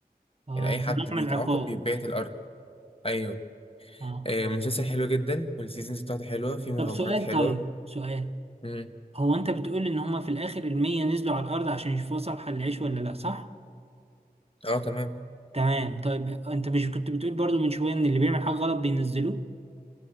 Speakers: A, on the right; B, on the left.
A: اه
B: يعني أي حد
A: كان نوع
B: بيتعاقب
A: من العقاب
B: بيتبعت الأرض أيوه
A: اه
B: آه، مسلسل حلو جدا والسيزونز بتاعته حلوة فيه مغامرات
A: طب سؤال
B: حلوة
A: طيب سؤال
B: مم.
A: هو انت بتقول ان هما في الاخر المية نزلوا على الارض عشان يشوفوا صالحة للعيش ولا لا صح
B: اه تمام
A: تمام طيب انت مش كنت بتقول برضو من شوية ان اللي بيعمل حاجة غلط بينزلوه